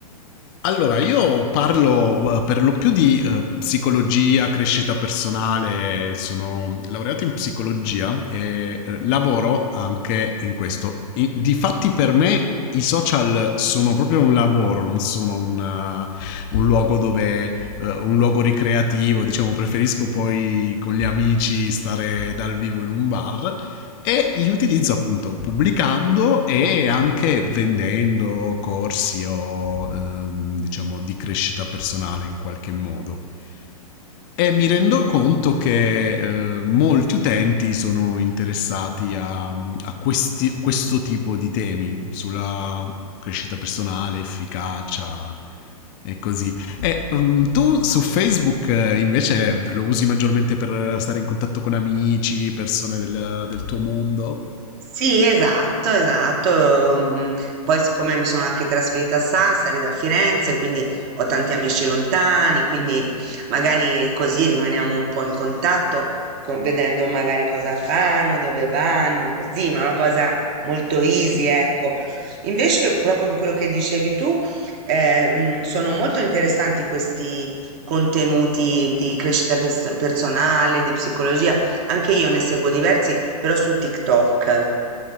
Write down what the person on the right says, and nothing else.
Sì, esatto, esatto. mm, Poi siccome mi sono anche trasferita a Sassari da Firenze, quindi ho tanti amici lontani, quindi magari così rimaniamo un po' in contatto, con- vedendo magari cosa fanno, dove vanno, così, ma è una cosa molto easy, ecco. Invece, proprio quello che dicevi tu, eh, mm, sono molto interessanti questi contenuti di crescita pers- personale, di psicologia anche io ne seguo diversi, però su TikTok.